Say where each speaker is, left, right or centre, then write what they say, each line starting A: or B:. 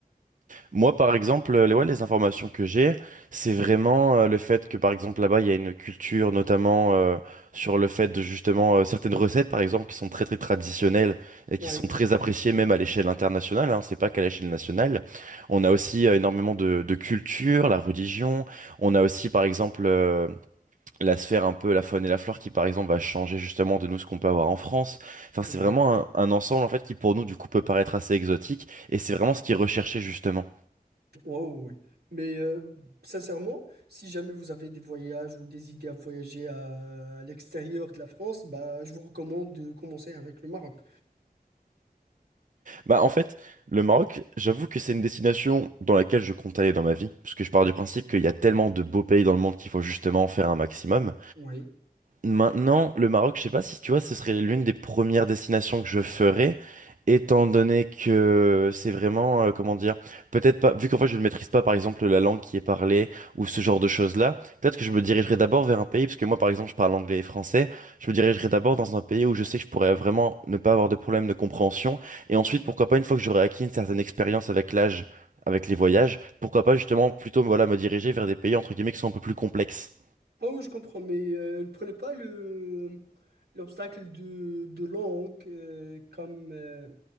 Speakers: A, on the right; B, on the right.
A: Moi, par exemple, euh, les, ouais, les informations que j'ai, c'est vraiment euh, le fait que, par exemple, là-bas, il y a une culture, notamment euh, sur le fait de justement euh, certaines recettes, par exemple, qui sont très très traditionnelles et
B: Oui,
A: qui sont très appréciées même à l'échelle internationale. Hein, c'est pas qu'à l'échelle nationale. On a aussi euh, énormément de, de culture, la religion. On a aussi, par exemple, euh, la sphère un peu la faune et la flore qui par exemple va changer justement de nous ce qu'on peut avoir en France. Enfin, c'est
B: oui,
A: vraiment un, un ensemble en fait qui pour nous du coup peut paraître assez exotique et c'est vraiment ce qui est recherché justement.
B: Wow, oui. Mais euh, sincèrement, si jamais vous avez des voyages ou des idées à voyager à l'extérieur de la France, bah, je vous recommande de commencer avec le Maroc.
A: Bah en fait, le Maroc, j'avoue que c'est une destination dans laquelle je compte aller dans ma vie parce que je pars du principe qu'il y a tellement de beaux pays dans le monde qu'il faut justement en faire un maximum.
B: Oui.
A: Maintenant, le Maroc, je sais pas si tu vois, ce serait l'une des premières destinations que je ferais, étant donné que c'est vraiment, euh, comment dire, peut-être pas, vu qu'en fait je ne maîtrise pas par exemple la langue qui est parlée ou ce genre de choses-là, peut-être que je me dirigerai d'abord vers un pays, parce que moi par exemple je parle anglais et français, je me dirigerai d'abord dans un pays où je sais que je pourrais vraiment ne pas avoir de problème de compréhension, et ensuite pourquoi pas une fois que j'aurai acquis une certaine expérience avec l'âge, avec les voyages, pourquoi pas justement plutôt voilà, me diriger vers des pays entre guillemets qui sont un peu plus complexes.
B: Ah oui, je comprends, mais euh, ne prenez pas le l'obstacle de, de langue euh, comme euh,